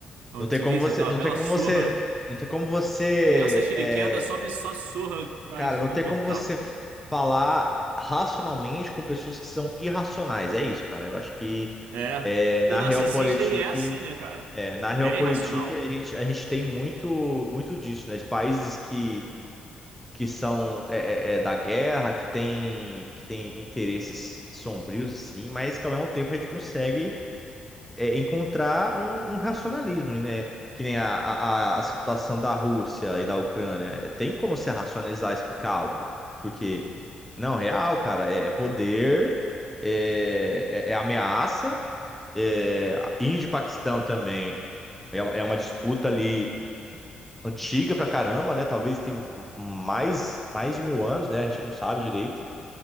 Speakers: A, on the right; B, in the centre.
A: como
B: Não tem
A: se
B: como
A: diz,
B: você,
A: aquela
B: não
A: bela
B: tem como
A: surra.
B: você, não tem como você,
A: Criança chiliquenta
B: é,
A: sobe só surra que faz
B: cara, não
A: se comportar.
B: tem como você falar racionalmente com pessoas que são irracionais. É isso, cara. Eu acho que
A: É.
B: é, na
A: E o narcisista,
B: Realpolitik,
A: ele é assim, né, cara?
B: é, na
A: Ele
B: Realpolitik
A: é irracional.
B: a gente, a gente tem muito, muito disso, né? De países que que são é, é, é, da guerra, que tem, que tem interesses sombrios assim, mas que ao mesmo tempo a gente consegue é, encontrar um, um racionalismo, né? Que nem a, a, a situação da Rússia e da Ucrânia. Tem como você racionalizar e explicar algo? Porque, não, real, cara, é, é poder, é, é- é ameaça, é, Índia e Paquistão também. É, uma- é uma disputa ali antiga pra caramba, né? Talvez tem mais, mais de mil anos, né? A gente não sabe direito.